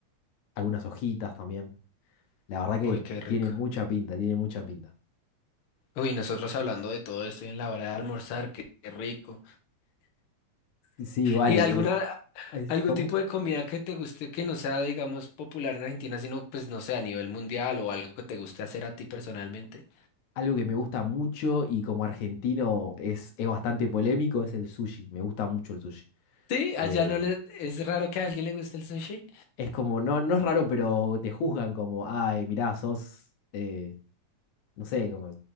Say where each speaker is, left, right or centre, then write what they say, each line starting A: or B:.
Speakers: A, on the left (about 75°); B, on the left (about 55°).
A: algunas hojitas también. La verdad que
B: Uy, qué rico.
A: tiene mucha pinta, tiene mucha pinta.
B: Uy, nosotros hablando de todo esto y en la hora de almorzar, qué, qué rico.
A: Sí, igual,
B: ¿Y alguna,
A: es, es
B: algún
A: como
B: tipo de comida que te guste que no sea, digamos, popular en Argentina, sino, pues, no sé, a nivel mundial o algo que te guste hacer a ti personalmente?
A: algo que me gusta mucho y como argentino es, es bastante polémico, es el sushi. Me gusta mucho el sushi.
B: Sí, allá
A: Eh,
B: no le, es raro que a alguien le guste el sushi.
A: es como, no, no es raro, pero te juzgan como, ay, mirá, sos... eh, No sé, como.